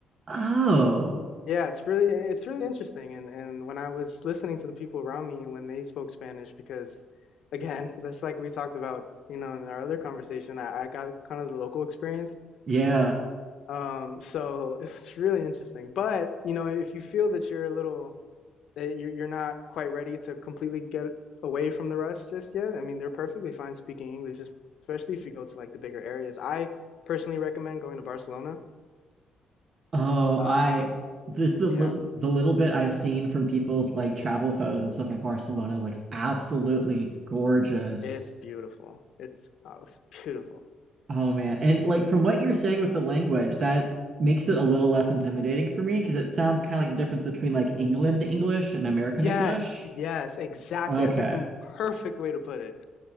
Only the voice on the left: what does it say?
Yeah, it's really it's really interesting and and when I was listening to the people around me when they spoke Spanish because again, <laughs> that's like we talked about, you know, in our other conversation, I, I got kind of the local experience.
Um, so <laughs> it's really interesting. But, you know, if you feel that you're a little that you're you're not quite ready to completely get away from the rest just yet, I mean, they're perfectly fine speaking English, es- especially if you go to like the bigger areas. I personally recommend going to Barcelona.
Um,
yeah.
It's beautiful. It's uh, beautiful.
Yes,
yes, exactly.
That's like the perfect way to put it.